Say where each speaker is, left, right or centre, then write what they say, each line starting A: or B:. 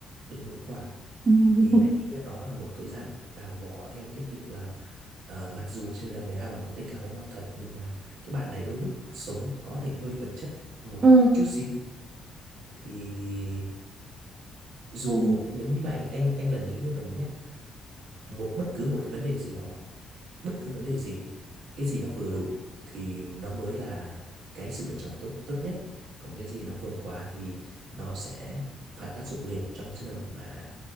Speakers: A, on the right (about 85°); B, on the right (about 45°).
A: đều muốn quà
B: Ừ. <laughs>
A: thì anh nghĩ là đó là một cái dạng đào mỏ theo cái kiểu là ờ, mặc dù trường hợp này hai bạn có tình cảm với nhau thật nhưng mà cái bạn này đôi lúc sống có thể hơi vật chất một
B: Ừ.
A: chút xíu thì dù
B: Ừ,
A: nhưng nhưng mà anh anh anh lại nghĩ như vậy nhé một bất cứ một cái vấn đề gì đó bất cứ vấn đề gì cái gì nó vừa đủ thì nó mới là cái sự lựa chọn tốt tốt nhất còn cái gì nó vượt quá thì nó sẽ phản tác dụng liền trong cái trường hợp mà